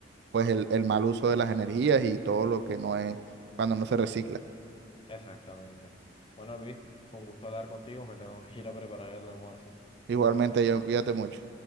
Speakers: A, on the right; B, on the left.
A: pues el, el mal uso de las energías y todo lo que no es cuando no se recicla.
B: Exactamente. Bueno, Luis, con gusto hablar contigo. Me tengo que ir a preparar el almuerzo.
A: Igualmente,
B: Todo bien.
A: John, cuídate mucho.